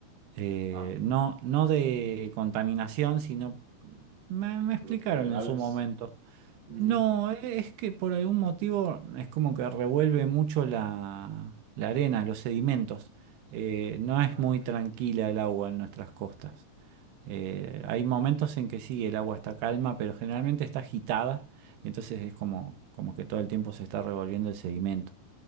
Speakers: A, on the right (about 85°); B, on the right (about 40°).
A: Eh,
B: Ajá,
A: no, no de contaminación, sino... Me, me explicaron
B: los minerales.
A: en su momento.
B: Ujú.
A: No, e- es que por algún motivo es como que revuelve mucho la, la arena, los sedimentos. Eh, no es
B: Ah,
A: muy
B: ok.
A: tranquila el agua en nuestras costas. Eh, hay momentos en que sí, el agua está calma, pero generalmente está agitada y entonces es como, como que todo el tiempo se está revolviendo el sedimento.